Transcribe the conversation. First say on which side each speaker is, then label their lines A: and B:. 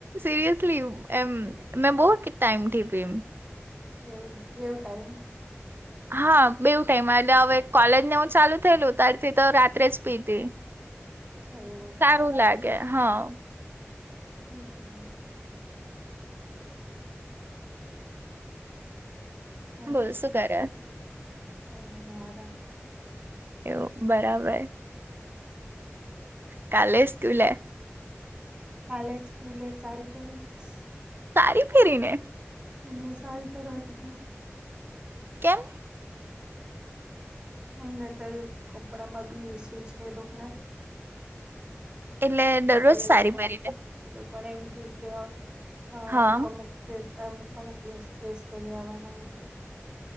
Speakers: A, on the right; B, on the right.
A: સિરિયસલી એમ મેં બહું ટાઈમ થી પીયુ
B: એવું બેવ <unintelligible> ટાઈમ
A: હા બેવું ટાઈમ એટલે હવે કોલેજ ને એવું ચાલુ થયેલું ત્યારથી તો રાત્રે જ પીતી. <inaudible>
B: હમ્મ
A: હારું લાગે હા.
B: હું હું ઓકે
A: બોલ શું કરે
B: કઈની આરામ.
A: કેવું બરાબર કાલે સ્કુલે?
B: કાલે સ્કૂલે સાડી પેરીસ?
A: સાડી પેહરીને.
B: એમા સાડી પેહરવા કીધુ.
A: કેમ?
B: હમને તો ઇ કપડા માં બી સું છે એ લોક ને
A: એટલે દરરોજ સાડી
B: એ લોકો
A: પેરીનેે
B: એ લોકોને એમ કે કે હ અમુક
A: હા
B: અમુક જે સા અમુક ડેસ પેરી આવવાના એમ કે